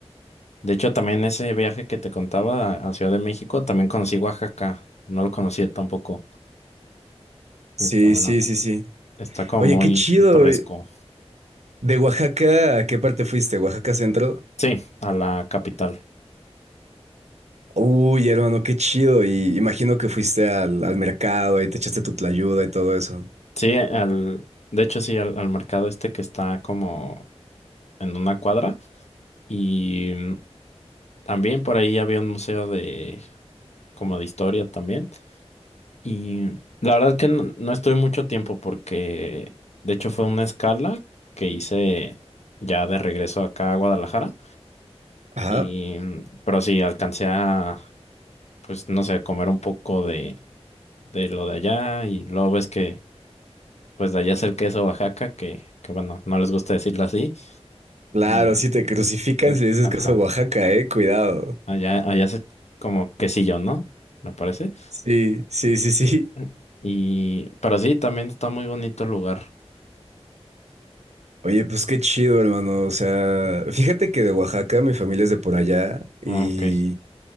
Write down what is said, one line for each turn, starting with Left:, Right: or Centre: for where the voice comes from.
Left: de hecho, también ese viaje que te contaba a Ciudad de México, también conocí Oaxaca. No lo conocía tampoco.
Right: Sí,
Left: Está,
Right: sí, sí, sí.
Left: está como
Right: Oye, qué
Left: muy
Right: chido.
Left: pintoresco.
Right: eh, ¿De Oaxaca a qué parte fuiste? ¿Oaxaca Centro?
Left: Sí, a la capital.
Right: Uy, hermano, qué chido. Y imagino que fuiste al, al mercado, ahí te echaste tu tlayuda y todo eso.
Left: Sí, al, de hecho sí, al, al mercado este que está como en una cuadra y mm, también por ahí había un museo de como de historia también y la verdad que no, no estuve mucho tiempo porque de hecho fue una escala que hice ya de regreso acá a Guadalajara
Right: Ajá.
Left: y mm, pero sí alcancé a pues no sé comer un poco de de lo de allá y luego ves que pues de allá es el queso Oaxaca que que bueno no les gusta decirlo así.
Right: Claro,
Left: Y
Right: si te crucifican
Left: Eh,
Right: si le dices
Left: Ajá.
Right: que es a Oaxaca, eh, cuidado.
Left: Allá, allá es como quesillo, ¿no? Me parece.
Right: Sí, sí, sí, sí.
Left: Mm. Y, pero sí, también está muy bonito el lugar.
Right: Oye, pues qué chido, hermano. O sea, fíjate que de Oaxaca, mi familia es de por allá y
Left: Ah, Ok.